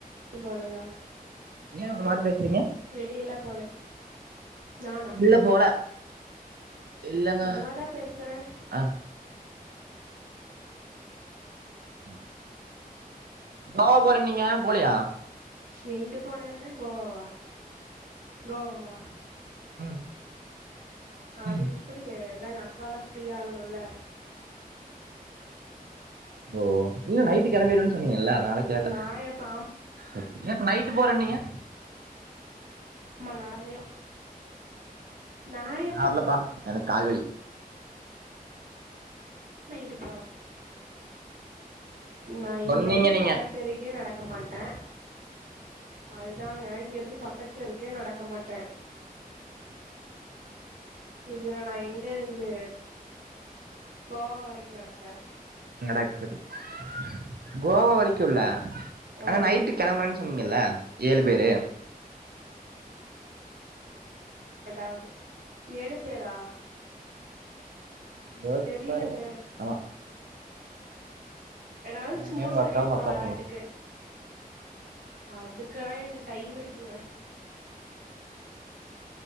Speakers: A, on the right (about 60°); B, on the right (about 85°).
A: போளையா
B: ஏ ஒரு மாதிரி பேசுறீங்க
A: வெளிய எல்லாம் போல நானா
B: இல்ல போல இல்லங்க
A: நல்லாதான் பேசுறேன்
B: ஆ <unintelligible> கோவா போறனிங்க போலியா
A: எங்க போனன்ன கோவாவா ஆஹ கோவா வா
B: ம்
A: அது
B: ம்
A: இப்படிங்க எல்லா எங்க அக்கால்லா ஃப்ரீ ஆகணுல்ல
B: ஓ இல்ல நைட்டு கெளம்பிடுவேன் சொன்னீங்கல்ல அதனால கேட்டே
A: நான் எப்போ
B: ஏ இப்ப நைட்டு போறேனீங்க
A: அம்மா நடந்தே நான்
B: நா
A: எப்போ
B: வரலபா எனக்கு கால்வலி
A: நைட்டு போறே நா இங்க
B: சொன்னீங்க
A: இருந்து
B: நீங்க
A: பக்கத்து தெருக்கே நடக் க்க மாட்டே அதுதாங்க இங்கிருந்து பக்கத் தெருக்கே நடக்க மாட்டே இதுல நா எங்க இருந்து கோவா வரைக்கு நடக்க
B: <unintelligible> கோவா வரைக் கு இல்ல
A: ஆ
B: ஆனா நைட்டு கெளம்பறேன்னு சொன்னீங்கல்ல ஏழு பேரு
A: தாவது ஏழு பேரா
B: யோசிச்சு
A: தெரியலங்க
B: பாருங்க ஆமா
A: ஏதாவது
B: நீங்க
A: சும்மா
B: உங்க
A: சொல்லியிருப்ப
B: அக்கா உங்க அக்கா
A: வெளாட்டுக்கு
B: ஃப்ரெண்ட்
A: அதுக் காய டைம் இருக்குங்க